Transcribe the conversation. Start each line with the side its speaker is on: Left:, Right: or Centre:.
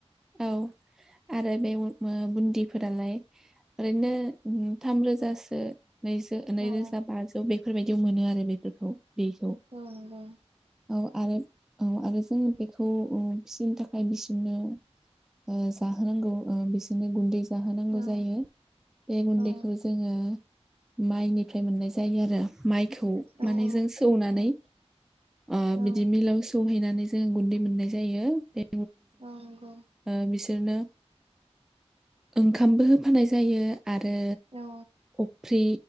Centre: औ आरो बे ओ बुन्दिफोरालाय ओरैनो थाम रोजासो नैज नैरोजा
Right: औ
Centre: बाजौ बेफोर बायदियाव मोनो आरो बेफोरखौ बेखौ
Right: औ नंगौ
Centre: औ आरो औ आरो जों बेखौ ओ फिसिनो थाखाय बिसोरनो ओ जाहोनांगौ ओ बिसोरनो गुन्दै जाहोनांगौ
Right: औ
Centre: जायो बे गुन्दैखौ
Right: औ
Centre: जोङो माइनिफ्राय मोननाय जायो आरो। माइखौ
Right: औ
Centre: माने जों सौनानै
Right: औ
Centre: ओ
Right: औ
Centre: बिदि मिलाव सौहैनानै जों गुन्दै मोननाय जायो। बे
Right: अ नंगौ
Centre: ओ बिसोरनो ओंखामबो होफानाय जायो आरो
Right: औ
Centre: अफ्रि